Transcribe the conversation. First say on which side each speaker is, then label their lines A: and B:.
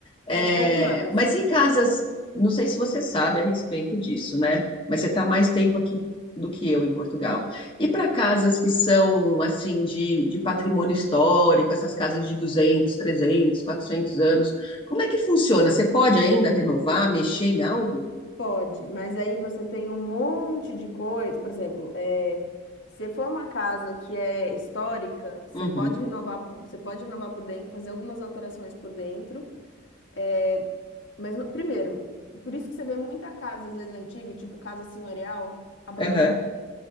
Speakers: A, on the left; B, on the left.
A: É,
B: É um pouco mais.
A: mas em casas, não sei se você sabe a respeito disso, né? Mas você está mais tempo aqui do que eu em Portugal. E para casas que são, assim, de, de patrimônio histórico, essas casas de 200, 300, 400 anos, como
B: Em-
A: é que funciona? Você pode ainda renovar, mexer em algo?
B: Pode, mas aí você tem um monte de coisa. Por exemplo, é, se for uma casa que é histórica, você
A: Uhum,
B: pode renovar, por- você pode renovar por dentro, fazer algumas alterações por dentro. É, Mas, no- primeiro, por isso que você vê muita casa, às vezes, antiga, tipo casa senhorial, abandonada.
A: Aham,